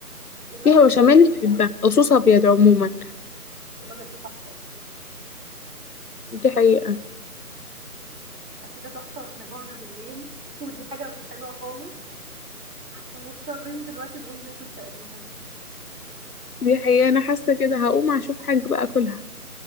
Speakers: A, on the right; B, on the left.
A: كده
B: فيها بشاميل بحبها او صوص ابيض عموما
A: الكوسة الأبيض ده تحفة أصلا
B: دي حقيقة
A: إحنا الأكل ده تحفة وإحنا جوعنا بالليل <laughs> ودي حاجة مش حلوة خالص ومضطرين دلوقتي نقوم ناكل تقريبا
B: دي حقيقة انا حاسة كده هقوم اشوف حاجة بقى اكلها